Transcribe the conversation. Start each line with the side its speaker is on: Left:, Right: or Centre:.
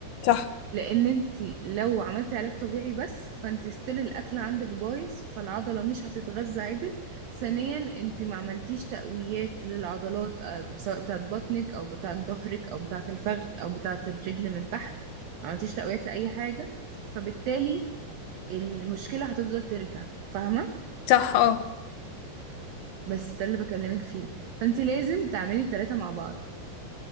Left: صح
Right: لان انت لو عملتي علاج طبيعي بس فانت ستيل الاكل عندك بايظ فالعضله مش هتتغذى عدل ثانيا انت ما عملتيش تقويات للعضلات آه، سواء بتاعه بطنك او بتاعه ظهرك او بتاعه الفخذ او بتاعه الرجل من تحت ما عملتيش تقويات لاي حاجه فبالتالي المشكله هتفضل ترجع فاهمه
Left: صح اه
Right: بس ده اللي بكلمك فيه فانت لازم تعملي التلاته مع بعض